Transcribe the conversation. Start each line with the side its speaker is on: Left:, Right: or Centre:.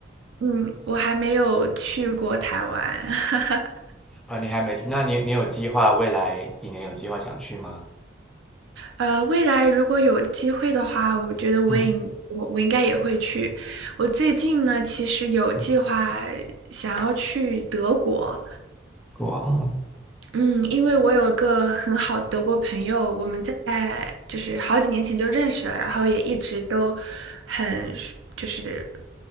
Right: 嗯，我还没有去过台湾，<laughs>
Centre: 啊，你还没去？那你你有计划未来几年有计划想去吗？
Right: 呃，未来如果有机会的话，我觉得我也应我我应该也会去。
Centre: 嗯
Right: 我最近呢，其实有计划
Centre: 嗯，
Right: 想要去德国，
Centre: 我
Right: 嗯，因为我有一个很好的德国朋友，我们在就是好几年前就认识了，然后也一直都很就是